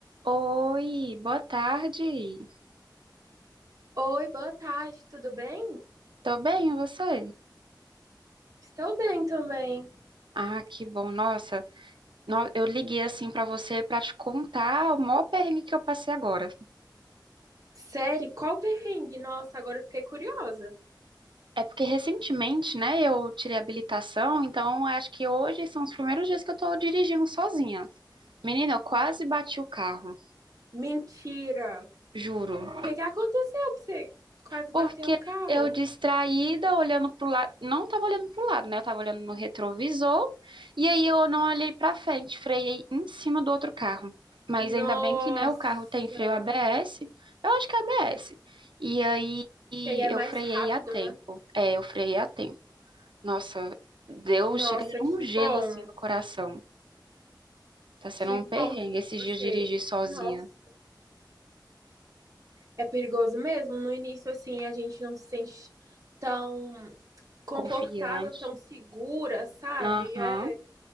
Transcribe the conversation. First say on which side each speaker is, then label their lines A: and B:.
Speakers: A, on the right; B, on the right.
A: Oi, boa tarde.
B: Oi, boa tarde, tudo bem?
A: Tô bem, e você?
B: Estou bem também.
A: Ah, que bom. Nossa, no- eu liguei assim pra você pra te contar o maior perrengue que eu passei agora.
B: Sério, qual perrengue? Nossa, agora eu fiquei curiosa.
A: É porque recentemente, né, eu tirei a habilitação, então acho que hoje são os primeiros dias que eu tô dirigindo sozinha. Menina, eu quase bati o carro,
B: Mentira! O
A: juro.
B: que que aconteceu pra você quase
A: Porque
B: bateu o carro?
A: eu distraída, olhando pro lado, não estava olhando pro lado, né? Eu estava olhando no retrovisor, e aí eu não olhei para frente, freiei em cima do outro carro. Mas
B: Nossa!
A: ainda bem que, né, o carro tem freio ABS, eu acho que é ABS. E aí e
B: Que aí é mais
A: eu freiei
B: rápido,
A: a tempo.
B: né?
A: É, eu freiei a tempo. Nossa, deu,
B: Nossa,
A: chega de dar
B: que
A: um gelo
B: bom!
A: assim no coração. Tá sendo
B: Que
A: um
B: bom
A: perrengue esses
B: você.
A: dias dirigir sozinha,
B: Nossa, é perigoso mesmo. No início, assim, a gente não se sente tão confortável,
A: confiante.
B: tão segura, sabe?
A: Aham,
B: É.